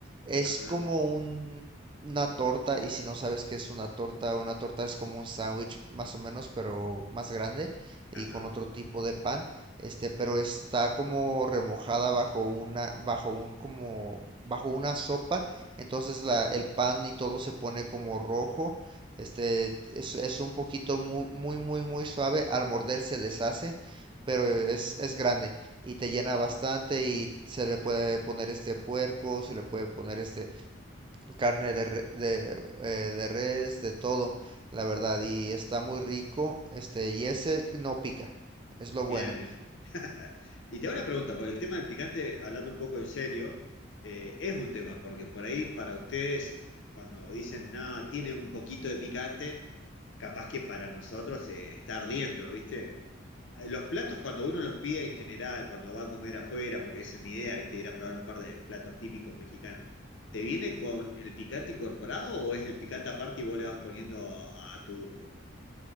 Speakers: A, on the right; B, on the left.
A: Es
B: Ajá,
A: como un, una torta, y si no sabes qué es una torta, una torta es como un sándwich más o menos, pero más grande y
B: ajá.
A: con otro tipo de pan. Este, pero está como remojada bajo una, bajo un, como, bajo una sopa. Entonces la, el pan y todo se pone como rojo este es, es un poquito muy, muy, muy, muy suave. Al morder se deshace, pero es, es grande y te llena bastante y se le puede poner este puerco, se le puede poner este carne de, re- de, eh, de res, de todo, la verdad. Y está muy rico, este, y ese no pica. Es lo
B: Bien,
A: bueno.
B: bien. <laughs> Y te hago una pregunta, porque el tema del picante, hablando un poco en serio, eh, es un tema, porque por ahí para ustedes, cuando dicen, no, tiene un poquito de picante, capaz que para nosotros eh, está ardiendo, ¿viste? Eh, Los platos cuando uno los pide en general, cuando va a comer afuera, porque esa es mi idea, ¿viste? Ir a probar un par de platos típicos mexicanos, ¿te viene con el picante incorporado o es el picante aparte y vos le vas poniendo a, a tu gusto?